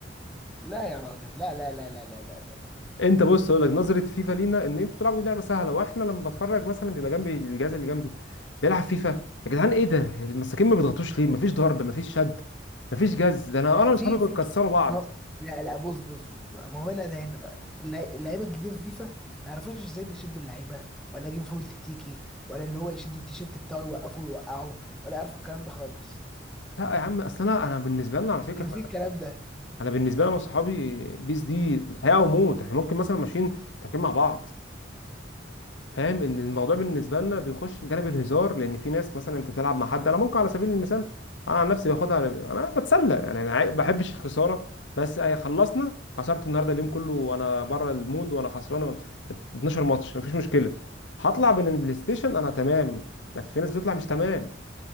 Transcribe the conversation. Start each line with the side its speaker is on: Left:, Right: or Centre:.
Centre: لا يا راجل لا لا لا لا لا لا لا لا
Left: انت بص اقول لك نظره فيفا لينا ان انتوا بتلعبوا لعبه سهله واحنا لما بتفرج مثلا بيبقى جنبي الجهاز اللي جنبي بيلعب فيفا يا جدعان ايه ده المساكين ما بيضغطوش ليه مفيش ضرب مفيش شد مفيش جز ده انا
Centre: لا،
Left: انا واصحابي
Centre: في
Left: بنكسروا
Centre: في
Left: بعض
Centre: ما... هو- لا لا بص بص بص بقى. ما هو هنا ده هنا بقى اللع- اللعيبه الجديده في فيفا ما يعرفوش ازاي بيشدوا اللعيبه ولا يجيبوا فاول تكتيكي ولا ان هو يشد التيشيرت بتاعه يوقفه ويوقعه ولا يعرفوا الكلام ده خالص
Left: لا يا عم اصل انا انا بالنسبه لنا على فكره
Centre: لكن في الكلام ده
Left: انا بالنسبه لي انا وصحابي بيس دي حياه وموت احنا ممكن مثلا ماشيين تركب مع بعض فاهم ان الموضوع بالنسبه لنا بيخش في جانب الهزار لان في ناس مثلا انت تلعب مع حد انا ممكن على سبيل المثال انا عن نفسي باخدها على- انا بتسلى يعني انا عاي- ما بحبش الخساره بس اي خلصنا خسرت النهارده اليوم كله وانا بره المود وانا خسران 12 ماتش مفيش مشكله هطلع من البلاي ستيشن انا تمام لكن في ناس بتطلع مش تمام